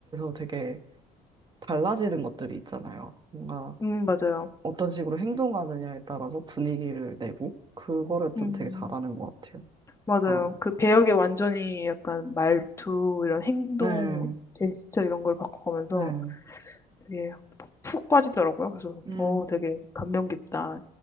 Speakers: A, on the right (about 25°); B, on the left (about 15°).
A: 되게 달라지는 것들이 있잖아요. 뭔가
B: 음, 맞아요.
A: 어떤 식으로 행동하느냐에 따라서 분위기를 내고, 그거를
B: 음.
A: 좀 되게 잘하는 것 같아요,
B: 맞아요.
A: 사람이.
B: 그 배역에 완전히 약간 말투, 이런 행동,
A: 네,
B: 제스처 이런 걸 바꿔가면서
A: 네.
B: 되게 푹푹 빠지더라고요. 그래서,
A: 음,
B: 어, 되게 감명 깊다.